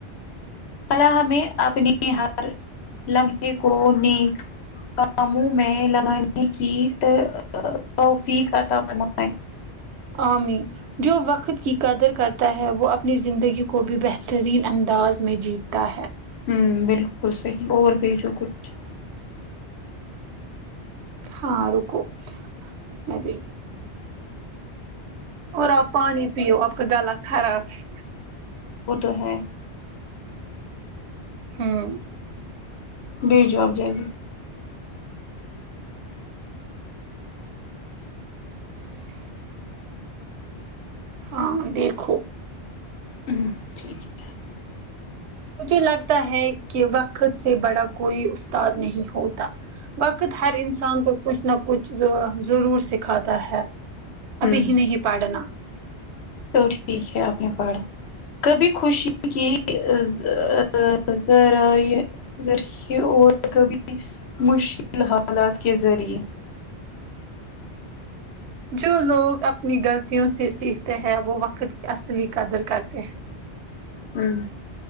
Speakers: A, on the left; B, on the right.
A: اللہ ہمیں اپنے ہر لمحے کو نیک کاموں میں لگانے کی توفیق عطا فرماے
B: آمین جو وقت کی قدر کرتا ہے وہ اپنی زندگی کو بھی بہترین انداز میں جیتا ہے
A: ہوں بالکل صحیح اور بھی جو کچھ
B: ہاں رکو میں بھی اور آپ پانی پیو آپ کا گلا خراب ہے
A: وہ تو ہے
B: ہاں
A: بھیجو آپ جلدی
B: <inaudible> ہاں دیکھو
A: وں ٹھیک ہے
B: مجھے لگتا ہے کہ وقت سے بڑا کوئی استاد نہیں ہوتا وقت ہر انسان کو کچھ نہ کچھ زوا ضرور سکھاتا ہے ابھی
A: ہوں
B: ہی نہیں پڑھنا
A: تو ٹھیک ہے آپ نے پڑھا کبھی خوشی کی زا را ذرائع ذریعے اور کبھی مشکل حالات کے ذریعے
B: جو لوگ اپنی غلطیوں سے سیکھتے ہیں وہ وقت کی اصلی قدر کرتے ہیں
A: ہوں